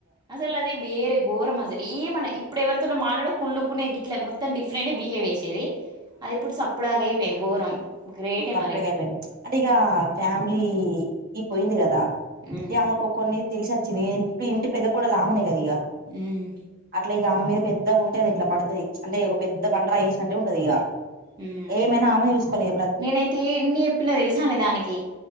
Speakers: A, on the right (about 20°); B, on the right (about 45°).
A: అసలు అది వేరే ఘరం అసలు ఏం అన ఇ ఇప్పుడు ఎవరితోడ మాట్లాడ కుళ్లుక్కునే గిట్లే మొత్తం డిఫరెంట్ బిహేవ్ చేసేది అది ఇప్పుడు సప్పుడాగేయ్ పెను ఘోరం గ్రేటే
B: సప్పుడ్గా
A: మరి
B: అయిపోయింది అంటే ఇగ ఫ్యామిలీ ఈ పోయింది గదా
A: ఉమ్
B: ఇ ఆమెకు కొన్ని తెలిసి ఒచ్చింది ఏన్ ఇప్పుడు ఇంటి పెద్ద కోడల్ ఆమెనే గద ఇగ
A: ఉమ్
B: అట్ల ఇగ ఆమే మీద పెద్ద ఉంటది ఇట్ల పడుతది అంటే ఒక పెద్ద బండ్రాయ్ ఏశ్ నట్టే ఉంటది ఇగ
A: ఉమ్
B: ఏమైనా ఆమెనే చూసుకోవలిగ
A: నేనైతే ఎన్ని ఎప్పిన దెలుసానే దానికి